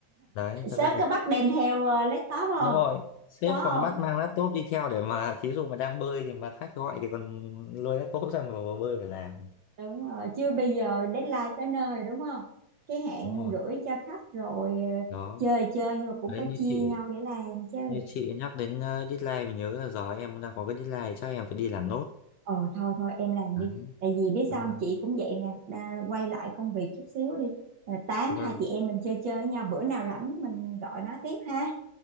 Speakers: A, on the left; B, on the right.
A: đấy thật
B: sếp
A: ra thì
B: có bắt đem theo ờ, laptop không
A: đúng rồi sếp
B: có không
A: còn bắt mang laptop đi theo để mà thí dụ mà đang bơi thì mà khách gọi thì còn lôi laptop ra mà vào bơi phải làm
B: đúng rồi chưa bây giờ deadline tới nơi đúng không cái hạn
A: đúng rồi
B: gửi cho khách rồi ờ,
A: đó
B: chơi chơi nhưng mà cũng
A: đấy
B: phải
A: như
B: chia
A: chị
B: nhau để làm chứ
A: như chị nhắc đến ờ, deadline mình nhớ là giờ em đang có cái deadline chắc em phải đi làm nốt
B: ờ thôi thôi em làm
A: đấy
B: đi tại vì biết
A: vâng
B: sao không? chị cũng vậy nè Đa, quay lại công việc chút xíu đi Rồi tám
A: vâng
B: hai chị em mình chơi chơi nha bữa nào rảnh mình gọi nói tiếp ha